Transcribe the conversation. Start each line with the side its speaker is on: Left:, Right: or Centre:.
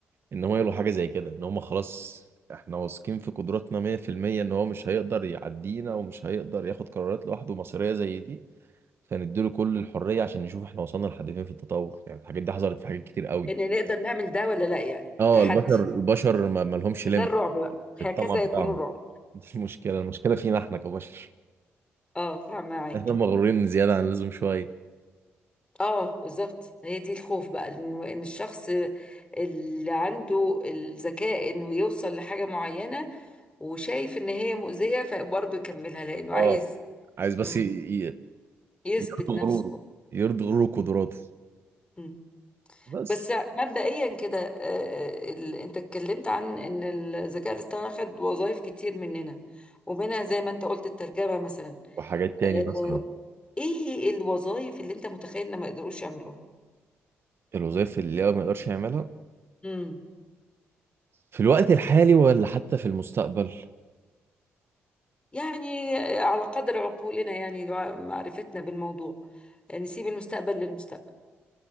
Right: ان هو يلقوا حاجه زي كده ان هم خلاص احنا واثقين في قدراتنا 100% ان هو مش هيقدر يعدينا ومش هيقدر ياخد قرارات لوحده مصيريه زي دي فنديله كل الحرية عشان نشوف احنا وصلنا لحد فين في التطور يعني الحاجات دي حصلت في حاجات كتير قوي
Left: ان نقدر نعمل ده ولا لا يعني
Right: اه
Left: تحدي
Right: البشر البشر ما ما لهمش
Left: ده
Right: ليميت
Left: الرعب بقى
Right: في
Left: هكذا
Right: الطمع بتاعهم
Left: يكون الرعب
Right: دي المشكلة المشكلة فينا احنا كبشر
Left: اه فاهمه معاك
Right: احنا مغرورين زيادة عن اللزوم شوية
Left: اه بالظبط هي دي الخوف بقى ان إن الشخص اللي عنده الذكاء انه يوصل لحاجة معينة وشايف ان هي مؤذية فبرضه يكملها لانه عايز
Right: اه عايز بس
Left: مم،
Right: ي- ي-
Left: يثبت
Right: يرضي
Left: نفسه
Right: غروره يرضي غروره وقدراته
Left: مم.
Right: بس
Left: بس مبدئيا كده آه، آه، ال- انت اتكلمت عن ان الذكاء الاصطناعي خد وظائف كتير مننا ومنها زي ما انت قلت الترجمة مثلا
Right: وحاجات تاني
Left: آه،
Right: مثلا
Left: ايه الوظائف اللي انت متخيل ان ما يقدروش يعملوها؟
Right: الوظائف اللي هو ما يقدرش يعملها
Left: مم.
Right: في الوقت الحالي ولا حتى في المستقبل
Left: يعني على قدر عقولنا يعني معرفتنا بالموضوع نسيب المستقبل للمستقبل